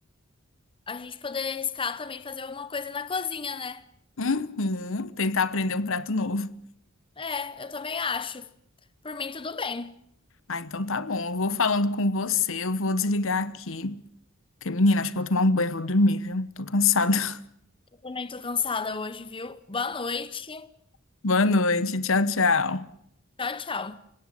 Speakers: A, on the left; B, on the left.
A: A gente poderia arriscar também fazer alguma coisa na cozinha, né?
B: Uhum, tentar aprender um prato novo.
A: É, eu também acho. Por mim, tudo bem.
B: Ah, então tá bom. Eu vou falando com você, eu vou desligar aqui. Porque, menina, acho que vou tomar um banho, e vou dormir, viu? Tô cansada. <laughs>
A: Eu também tô cansada hoje, viu? Boa noite.
B: Boa noite, tchau, tchau.
A: Tchau, tchau.